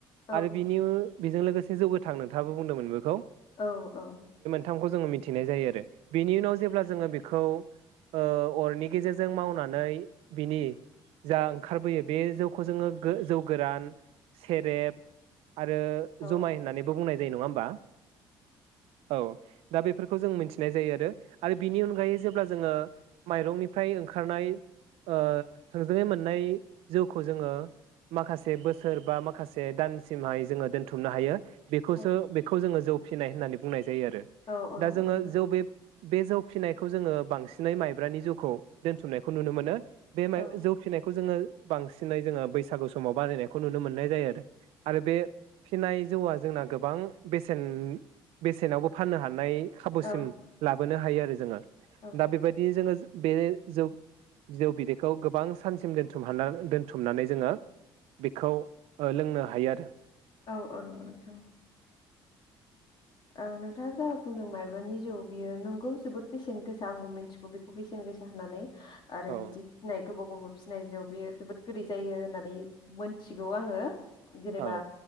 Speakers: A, on the left; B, on the right.
A: औ
B: आरो बेजों लोगोसे जौ गोथां नोंथाङाबो बुंदोंमोन बेखौ
A: औ औ
B: थामखौ जोङो मिथिनाय जायो आरो। बिनि उनाव जेब्ला जोङो बे खौ ओ अरनि गेजेरजों मावनानै बिनि जा ओंखारबोयो बे जौखौ जोङो गो जौ गोरान सेरेब आरो
A: औ
B: जुमाय होननानैबो बुंनाय जायो नङा होमबा। औ। दा बेफोरखौ जों मिन्थिनाय जायो आरो। आरो बिनि अनगायै जेब्ला जोङो माइरंनिफ्राय ओंखारनाय ओ थोंजोङै मोननाय जौखौ जोङो माखासे बोसोर बा मा - माखासे दान सिमहाय जोङो दोनथुमनो हायो बेखौसो
A: औ
B: बेखौ जोङो जौ फिनाय होननानै बुंनाय जायो आरो।
A: औ औ
B: दा
A: नंगौ
B: जोङो
A: नोंथां
B: जौ बे - बे जौ फिनायखौ जोङो बांसिनै माइब्रानि जौखौ दोनथुमनायखौ नुनो मोनो। बे माइ
A: औ
B: जौ फिनायखौ जोङो बांसिनै जोङो बैसागु समाव बानायनायखौ नुनो मोननाय जायो आरो। आरो बे फिनाय जौआ जोंना गोबां बेसेन बेसेनावबो फाननो हानाय खाबुसिम
A: औ
B: ला बोनो हायो आरो जोङो।
A: औ
B: दा बेबायदिनो जोङो बे जौ बिजौ बिदैखौ गोबां सानसिम दोनथुम हाना दोनथुमनानै जोङो बेखौ लोंनो हायो आ‌ रो।
A: औ औ नंगौ नोंथां। ओ नोंथाङा जा बुंदों माइब्रानि जौ बियो नंगौ जोबोद बेसेन गोसा आंबो मिन्थिगौ बेखौ बेसेन गोसा होननानै। आरो
B: औ
A: बिदि फिनाय गोबाव गोबाव फिनाय जौ बेयो जोबोद गोदै जायो होननानै मोन्थिगौ आंङो। जेनेबा
B: औ